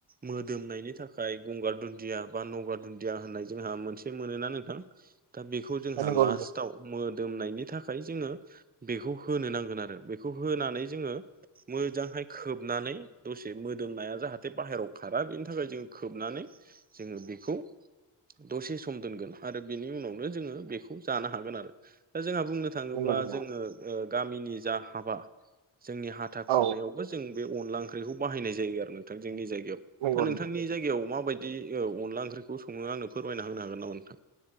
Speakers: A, on the right; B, on the right.
A: मोदोमनायनि थाखाय गंगार दुन्दिया बा नगार दुन्दिया होननाय जोंहा मोनसे मोनोना नोंथां दा बेखौ जोंहा
B: नंगौ
A: लास्टाव
B: नंगौ
A: मोदोमनायनि थाखाय जोङो बेखौ होनो नांगोन आरो बेखौ होनानै जोङो मोजांहाय खोबनानै दसे मोदोमनाया जाहाथे बाहेरायाव खारा बेनि थाखाय जों खो खोबनानै जोङो बेखौ दसे सम दोनगोन आरो बिनि उनावनो जोङो बेखौ जानो हागोन आरो दा जोंहा बुंनो थां थाङोब्ला
B: नंगौ नंगौ
A: जोङो गामिनि जा हाबा जोंनि हाथा
B: औ
A: खुरनायावबो जों बे अनला ओंख्रिखौ बाहायनाय जायो आरो नोंथां जोंनि जायगायाव
B: नंगौ नोंथां
A: औ माबायदि औ अनला ओंख्रिखौ सङो आंनो फोरमायना होनो हागोन नामा? नोंथां